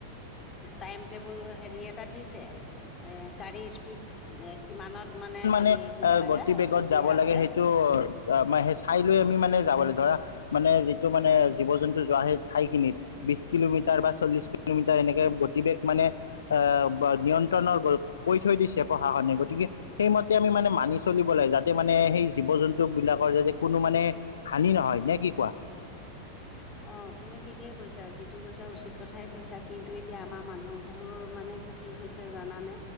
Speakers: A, on the left (about 25°); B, on the left (about 65°).
A: টাইম টেবল হেৰী এটা দিছে গাড়ী স্পীড কিমানত মানে
B: ম
A: দিব লাগে
B: গতি
A: সেইটো
B: বেগত
A: দিয়া
B: যাব
A: আছে
B: লাগে সেইটো ম সেই চাই লৈ আমি মানে যাব লাগে ধৰা মানে যিটো মানে জীৱ জন্তু যোৱা সেই ঠাই খিনিত বিশ কিলোমিটাৰ বা চল্লিশ কিলোমিটাৰ এনেকে প্ৰতিৱেশ মানে এ ব নিয়ন্ত্ৰণৰ কৈ থৈ দিছে প্ৰশাসনে, গতিকে সেইমতে আমি মানে মানি চলিব লাগে যাতে মানে সেই জীৱ জন্তু বুলি বিলাকৰ যাতে কোনো মানে হানি নহয়, নে কি কোৱা?
A: <inaudible> অ তুমি ঠিকেই কৈছা, যিটো কৈছা উচিত কথাই কৈছা, কিন্তু এতিয়া আমাৰ মানুহবোৰ মানে কি হৈছে জানানে?